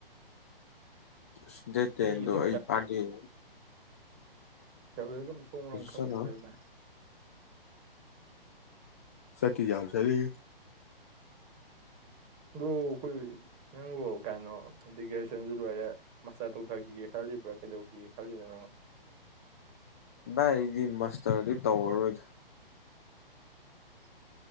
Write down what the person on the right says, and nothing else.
ꯑꯩꯒꯤꯗꯤ
ꯐꯦꯌꯔꯋꯦꯜꯒ ꯃꯊꯣꯡ ꯃꯔꯝ ꯈꯪꯈꯤꯗ꯭ꯔꯦ
ꯑꯣꯖꯥ
ꯑꯗꯣ ꯑꯩꯈꯣꯏ ꯅꯪꯕꯨ ꯀꯩꯅꯣ ꯍꯥꯏꯗꯤ ꯒ꯭ꯔꯦꯖꯨꯋꯦꯁꯟꯁꯨ ꯂꯣꯏꯔꯦ ꯃꯁꯇꯔ ꯇꯧꯊꯈꯤꯒꯦ ꯈꯜꯂꯤꯕ꯭ꯔꯥ ꯀꯩꯗꯧꯈꯤꯒꯦ ꯈꯜꯂꯤꯅ ꯅꯪ
<inaudible>